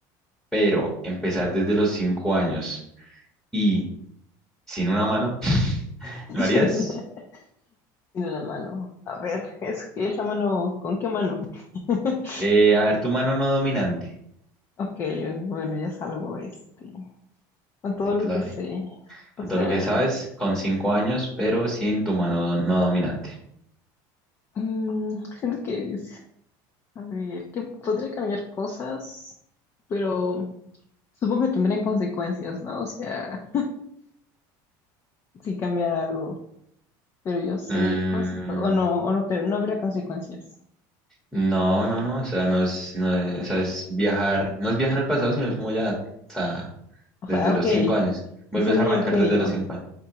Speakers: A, in the centre; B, on the left.
A: pero empezar desde los cinco años y sin una mano, <laughs> ¿lo harías?
B: Tiene una tiene una mano. A ver, es que es la mano. ¿Con qué mano? <laughs>
A: Eh, a ver, tu mano no dominante,
B: Ok, bueno, ya salgo este. con todo
A: que te
B: lo
A: la
B: que
A: doy.
B: sé. O
A: Con
B: sea,
A: todo lo que sabes, con cinco años, pero sin tu mano no dominante.
B: mm, siento que es, a ver, que podría cambiar cosas, pero supongo que tendrían consecuencias, ¿no? O sea, si cambiara algo, pero yo sé
A: Mm,
B: cosas, o no, o no, pero no habría consecuencias.
A: no, no, no, o sea, no es, no es- o sea, es viajar, no es viajar al pasado, sino es como ya, o sea,
B: O
A: desde
B: sea,
A: los
B: ok,
A: cinco años. Vuelves
B: y ser niño
A: a arrancar
B: genio,
A: desde los cinco años.